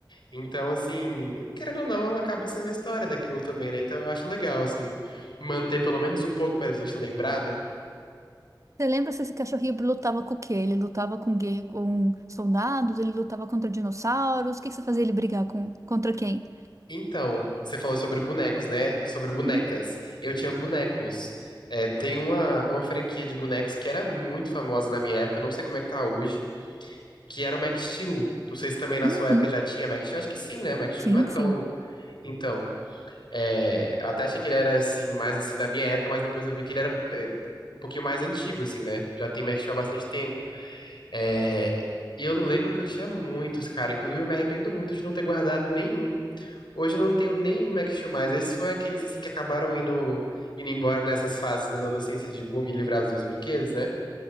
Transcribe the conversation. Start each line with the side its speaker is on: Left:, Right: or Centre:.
Left: Então, assim, querendo ou não, acaba sendo a história daquilo também, né? Então, eu acho legal, assim, manter pelo menos um pouco pra gente lembrar, né?
Right: você lembra se esse cachorrinho lutava com o quê? Ele lutava com, guerre- com soldados, ele lutava contra dinossauros, o que que você fazia ele brigar com, contra quem?
Left: Então, você falou sobre bonecos, né? Sobre bonecas.
Right: Uhum.
Left: Eu tinha bonecos. É, tem uma, uma franquia de bonecos que era muito famosa na minha época, não sei como é que tá hoje, que era o Max Steel. Não sei se também na
Right: Uhum.
Left: sua época já tinha Max Steel. Acho que sim, né? O Max Steel
Right: Sim,
Left: não é tão.
Right: sim.
Left: Então, é, eu até achei que ele era assim, mais assim da minha época, mas depois eu vi que ele era é, um pouquinho mais antigo, assim, né? Já tem Max Steel há bastante tempo. É, E eu lembro que eu tinha muitos, cara. Inclusive, eu me arrependo muito de não ter guardado nenhum. Hoje eu não tenho nenhum Max Steel mais. Esses foi aqueles assim, que acabaram indo, indo embora nessas fases da adolescência de vou me livrar dos meus brinquedos, né?